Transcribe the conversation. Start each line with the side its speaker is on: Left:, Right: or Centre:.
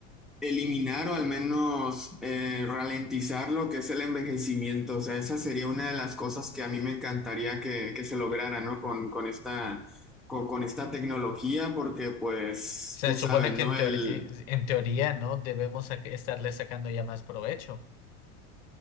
Centre: eliminar o al menos eh, ralentizar lo que es el envejecimiento. O sea, esa sería una de las cosas que a mí me encantaría que, que se lograra, ¿no? Con, con esta, con, con esta tecnología, porque pues
Left: Se
Centre: tú
Left: supone
Centre: sabes, ¿no?
Left: que en teor-
Centre: El,
Left: en en teoría, ¿no? Debemos sac- estarle sacando ya más provecho.